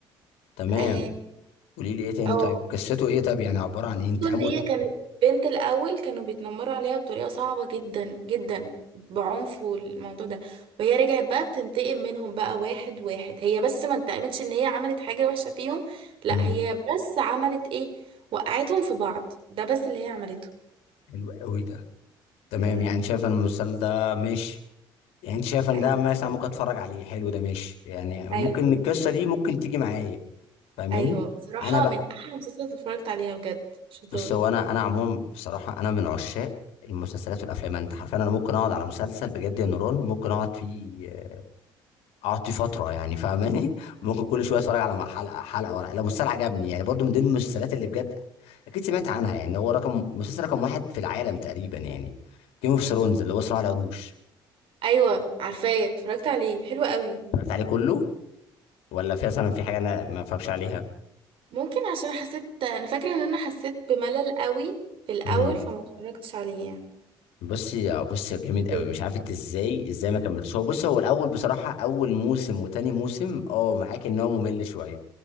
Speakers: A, on the left; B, on the right.
A: تمام
B: اه
A: قولي لي ايه تاني
B: أو.
A: طيب قصته ايه طيب يعني عبارة عن ايه انتقام
B: ان هي
A: وت-
B: كانت بنت الاول كانوا بيتنمروا عليها بطريقة صعبة جدا جدا بعنف والموضوع ده وهي رجعت بقى بتنتقم منهم بقى واحد واحد هي بس ما انتقمتش ان هي عملت حاجة وحشة فيهم لا
A: امم
B: هي بس عملت ايه وقعتهم في بعض ده بس اللي هي عملته
A: حلو قوي ده تمام
B: امم
A: يعني شايف ان المسلسل ده ماشي يعني انت شايف ان
B: ايوه
A: ده مثلا ممكن اتفرج عليه حلو ده ماشي يعني ممكن
B: ايوه
A: القصه دي ممكن تيجي معايا فاهماني
B: ايوه بصراحه
A: انا بقى
B: من احلى المسلسلات اللي اتفرجت عليها بجد شطار
A: بس هو انا انا عموما بصراحه انا من عشاق المسلسلات والافلام انت عارف انا ممكن اقعد على مسلسل بجد يا نوران ممكن اقعد فيه اقعد فيه فتره يعني فاهماني <laughs> ممكن كل شويه اتفرج على حلقه حلقه ورا لو مسلسل عجبني يعني برضو من ضمن المسلسلات اللي بجد اكيد سمعت عنها يعني هو رقم مسلسل رقم واحد في العالم تقريبا يعني جيم اوف ثرونز اللي هو صراع العروش
B: ايوه عارفاه اتفرجت عليه حلو قوي
A: اتفرجت عليه كله ولا في مثلا في حاجه انا ما اتفرجش عليها
B: ممكن عشان حسيت انا فاكره ان انا حسيت بملل قوي في الاول
A: امم
B: فما اتفرجتش عليه يعني
A: بصي بصي جامد قوي
B: كله
A: مش عارف انت ازاي ازاي ما كملتش هو بصي هو الاول بصراحه اول موسم وتاني موسم اه معاك ان هو ممل شويه